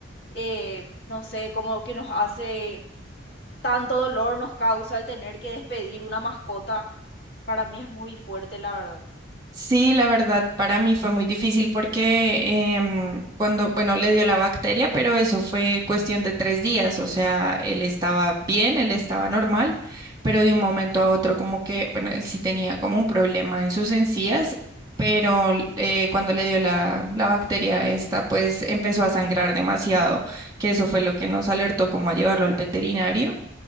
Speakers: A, on the left; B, on the right.
A: eh, no sé, como que nos hace tanto dolor nos causa el tener que despedir una mascota, para mí es muy fuerte, la verdad.
B: Sí, la verdad, para mí fue muy difícil porque em, cuando, bueno, le dio la bacteria, pero eso fue cuestión de tres días, o sea, él estaba bien, él estaba normal, pero de un momento a otro como que, bueno, él sí tenía como un problema en sus encías, pero eh, cuando le dio la, la bacteria esta, pues empezó a sangrar demasiado, que eso fue lo que nos alertó como a llevarlo al veterinario.